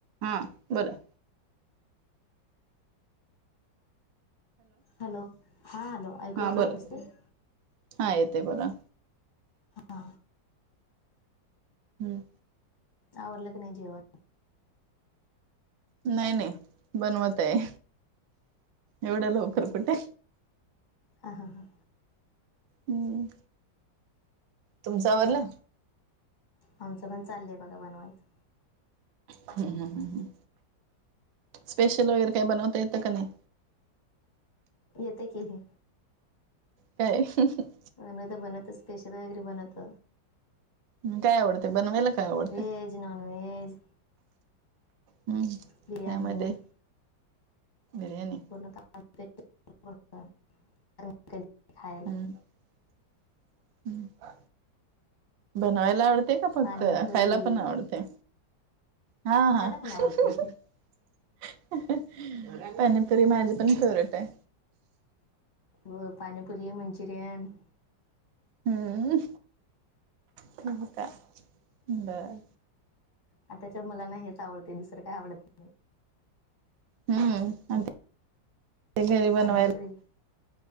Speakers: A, on the right; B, on the left.
A: हां बलां.
B: हॅलो. हा हॅलो ऐकू
A: हा
B: येते
A: बोला
B: व्यवस्थित.
A: हा येतय बोला.
B: हा
A: हम्म.
B: आवरल की नाही जेवण.
A: नाही नाही बनवत आहे. एवढं लवकर कुठे?
B: हां हां हां.
A: हम्म. तुमचं आवरल.
B: आमचं पण चालय बघा बनवायचं.
A: हम् ह‌म‌् हम‌् हम‌्. स्पेशल वगैरे काही बनवता येतं का नाही?
B: येते की ही.
A: काय? हम हम.
B: बनत बनत स्पेशल वगैरे बनत.
A: म काय आवडतं बनवायला? काय आवडते
B: वेज नॉन वेज.
A: हम्म त्यामध्ये
B: बिर्याणी
A: बिर्याणी.
B: <inaudible>
A: <inaudible> ह बनवायला आवडते का फक्त
B: पाणीपुरी
A: खायला पण आवडते. हा
B: खायला
A: हा
B: पण
A: हम्
B: आवडते
A: हम‌् पाणीपुरी माझी पण फेवरेट आहे.
B: व्ह पाणीपुरी मंचुरियन.
A: हम्म ठउ का बर.
B: आताच्या मला नाही हेच आवडते दुसरं काय आवडत.
A: हम्म घरी
B: नाही
A: बनवायला.
B: पाणीपुरी